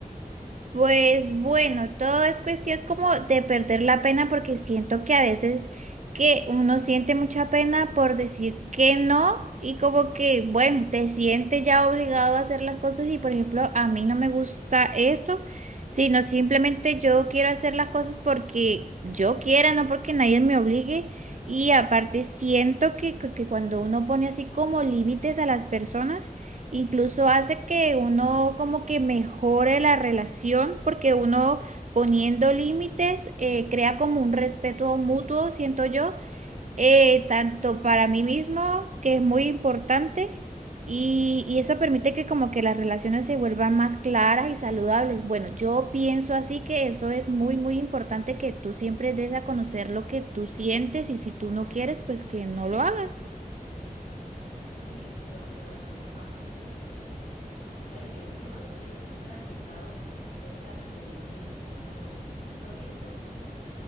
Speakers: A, on the right (about 55°); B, on the left (about 65°).
A: Pues bueno, todo es cuestión como de perder la pena porque siento que a veces que uno siente mucha pena por decir que no y como que, bueno, te sientes ya obligado a hacer las cosas y por ejemplo a mí no me gusta eso, sino simplemente yo quiero hacer las cosas porque yo quiera, no porque nadie me obligue y aparte siento que, que que cuando uno pone así como límites a las personas, Incluso hace que uno como que mejore la relación porque uno poniendo límites eh, crea como un respeto mutuo, siento yo, eh, tanto para mí mismo, que es muy importante, y, y eso permite que como que las relaciones se vuelvan más claras y saludables. Bueno, yo pienso así que eso es muy, muy importante que tú siempre des a conocer lo que tú sientes y si tú no quieres, pues que no lo hagas.
B: Uy, sudar suena tan fácil como lo dices. Sabes que últimamente he practicado acerca de decir no. Y tú has visto mm,